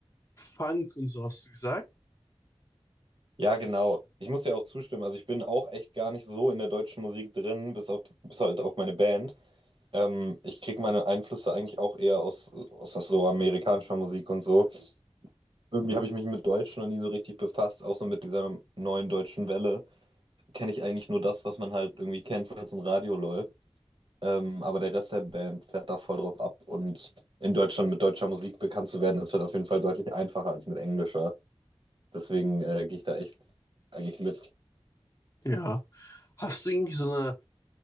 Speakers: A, on the left; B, on the right.
A: Funk und so hast du gesagt?
B: Ja, genau. Ich muss dir auch zustimmen. Also ich bin auch echt gar nicht so in der deutschen Musik drin, bis auf bis halt auf meine Band. Ähm, ich kriege meine Einflüsse eigentlich auch eher aus, aus so amerikanischer Musik und so. Irgendwie habe ich mich mit Deutsch noch nie so richtig befasst, auch so mit dieser neuen deutschen Welle. Kenne ich eigentlich nur das, was man halt irgendwie kennt, was im Radio läuft. Ähm, aber der Rest der Band fährt da voll drauf ab. Und in Deutschland mit deutscher Musik bekannt zu werden, ist halt auf jeden Fall deutlich einfacher als mit englischer. Deswegen äh, gehe ich da echt eigentlich mit.
A: Ja. Hast du irgendwie so eine